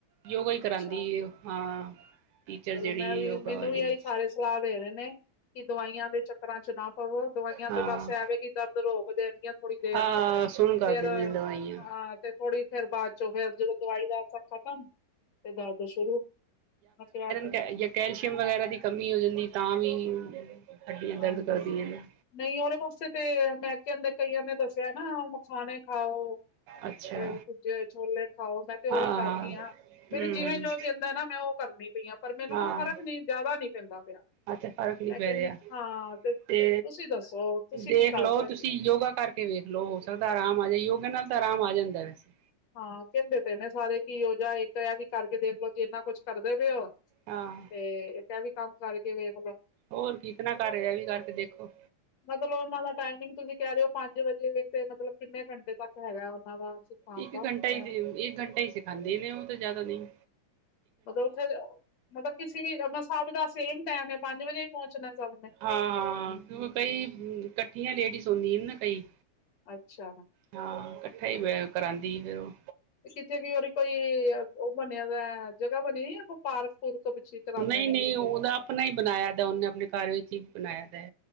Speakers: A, on the right; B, on the left.
A: ਯੋਗਾ ਈ
B: ਅੱਛਾ
A: ਕਰਾਂਗੀ ਏ ਓ ਹਾਂ ਟੀਚਰ
B: ਚਲੋ
A: ਜੇੜੀ
B: ਮੈਂ ਵੀ
A: ਯੋਗਾ
B: ਮੈਨੂੰ
A: ਵਾਲੀ
B: ਵੀ ਇਹੀ ਸਾਰੇ ਸਲਾਹ ਦੇ ਰੇਵਨੇ ਕੀ ਦਵਾਈਆਂ ਦੇ ਚੱਕਰਾਂ ਚ ਨਾ ਪਵੋ ਦਵਾਈਆਂ
A: ਹਾਂ
B: ਤੇ ਬਸ ਐਵੇਂ ਕੀ ਦਰਦ ਰੋਕ ਦੇਣਗੀਆਂ ਥੋੜ੍ਹੀ ਦੇਰ
A: ਹਾਂ ਸੁਣ ਕਰ
B: ਫੇਰ
A: ਦਿੰਦੀ ਦਵਾਈਆਂ
B: ਹਾਂ ਤੇ ਥੋੜ੍ਹੀ ਫੇਰ ਬਾ ਚ ਫਿਰ ਜਦੋਂ ਦਵਾਈ ਦਾ ਅਸਰ ਖਤਮ ਤੇ ਦਰਦ ਸ਼ੁਰੂ <unintelligible>
A: ਕ ਜਾਂ ਕੈਲਸ਼ੀਅਮ ਵਗੈਰਾ ਦੀ ਕਮੀ ਹੋ ਜਾਂਦੀ ਤਾਂ ਵੀ ਹੱਡੀਆਂ
B: ਹਾਂਜੀ
A: ਦਰਦ ਕਰਦੀਆਂ ਨੇ
B: ਨਈ ਓਦੇ ਵਾਸਤੇ ਤੇ ਮੈਂ ਕਿਆ ਕਈਆਂ ਨੇ ਦੱਸਿਆ ਨਾ ਛਾਣੇ ਖਾਓ
A: ਅੱਛਾ
B: ਅ ਪੁੱਜੇ ਛੋਲੇ ਖਾਓ ਮੈਂ ਤੇ ਓ
A: ਹਾਂ
B: ਵੀ ਕਰਨੀ
A: ਹਾਂ ਹੂੰ
B: ਆ। ਮੈਨੂੰ ਜਿਵੇਂ
A: ਹੂੰ
B: ਜੋ ਕੈਂਦਾ ਨਾ ਮੈਂ ਓ ਕਰਨੀ ਪਈ ਆ ਪਰ ਮੈਨੂੰ
A: ਹਾਂ
B: ਨਾ ਫ਼ਰਕ ਨੀ ਜਾਦਾ ਨੀ ਪੈਂਦਾ ਪਿਆ।
A: ਅੱਛਾ ਫਰਕ ਨੀ
B: ਮੈਂ
A: ਪੈ
B: ਕਹਿੰਦੀ
A: ਰਿਆ
B: ਹਾਂ ਤੁਸੀਂ
A: ਤੇ
B: ਦੱਸੋ ਤੁਸੀਂ
A: ਦੇਖ
B: ਕੀ ਕਰ
A: ਲਓ
B: ਸਕਦੇ
A: ਤੁਸੀਂ ਯੋਗਾ ਕਰ ਕੇ ਵੇਖ ਲੋ ਹੋ ਸਕਦਾ ਆਰਾਮ ਆ ਜਾਏ ਯੋਗਾ ਨਾਲ ਤਾਂ ਆਰਾਮ ਆ ਜਾਂਦਾ ਵੈਸੇ।
B: ਹਾਂ ਕੈਂਦੇ ਪਏ ਨੇ ਸਾਰੇ ਕੀ ਓ ਜਾ ਇੱਕ ਆ ਵੀ ਕਰਕੇ ਦੇਖਲੋ ਜੇ ਇਨਾ ਕੁਛ ਕਰਦੇ ਪਏ ਓ।
A: ਹਾਂ।
B: ਤੇ ਇਕ ਐ ਵੀ ਕੰਮ ਕਰਕੇ ਵੇਖਲੋ।
A: ਹੋਰ ਕਿਤ ਨਾ ਕਰ ਐ ਵੀ ਕਰਕੇ ਦੇਖੋ।
B: ਮਤਲਬ ਓਨਾਂ ਦਾ ਟਾਈਮਿੰਗ ਤੁਸੀਂ ਕੈ ਰੇ ਓ ਪੰਜ ਵਜੇ ਮਤਲਬ ਕਿੰਨੇ ਘੰਟੇ ਤੱਕ ਹੈਗਾ ਓਨਾਂ ਦਾ ਸਿਖਾਉਣ
A: ਇੱਕ
B: ਦਾ
A: ਘੰਟਾ ਈ
B: ਹਾਂ,
A: ਇੱਕ ਘੰਟਾ ਈ ਸਿਖਾਂਦੇ ਨੇ ਓ ਤਾਂ ਜਾਦਾ ਨਈ।
B: ਮਤਲਬ ਉੱਥੇ ਮਤਲਬ ਕਿਸੀ ਸਭ ਦਾ ਸੇਮ ਟੈਮ ਐ ਪੰਜ ਵਜੇ ਪੋਂਚਣਾ ਸਭ ਨੇ।
A: ਹਾਂ ਹਾਂ ਕਿਉ ਕਈ ਕੱਠੀਆਂ ਲੇਡੀਜ਼ ਹੁੰਦੀਆਂ ਨਾ ਕਈ।
B: ਅੱਛਾ।
A: ਹਾਂ ਕੱਠਾ ਈ ਵ ਕਰਾਂਦੀ ਫੇਰ ਓ।
B: ਕਿੱਥੇ ਕੀ ਓਦੀ ਕੋਈ ਓ ਬਨਿਆ ਦਾ ਜਗ੍ਹਾ ਬਣੀ ਨ ਪਾਰਕ <unintelligible>
A: ਨਈ-ਨਈ
B: ਕਿੱਥੇ
A: ਓਦਾ ਆਪਣਾ ਈ ਬਣਾਇਆ ਦਾ ਉਨੇ ਆਪਣੇ ਘਰ ਵਿੱਚ ਈ ਬਣਾਇਆ ਦੈ।